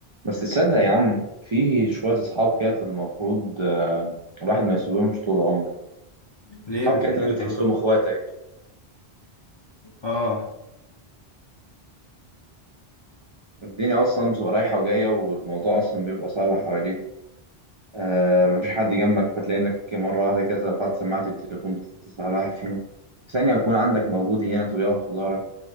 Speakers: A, on the right; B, on the left.
A: بس تصدق يا عم في شوية أصحاب كده المفروض آه، الواحد ما يسيبهمش طول عمره
B: ليه
A: أصحاب
B: بتقول
A: كده اللي أنت
B: كده
A: تحسهم
B: بس
A: إخواتك
B: اه
A: الدنيا أصلا بتبقى رايحة وجاية والموضوع أصلا بيبقى صعب حواليك آه مفيش حد جنبك فتلاقي إنك مرة واحدة كده رفعت سماعة التليفون بتتصل على واحد فيهم ثانية يكون عندك موجود هنا ويقف في ظهرك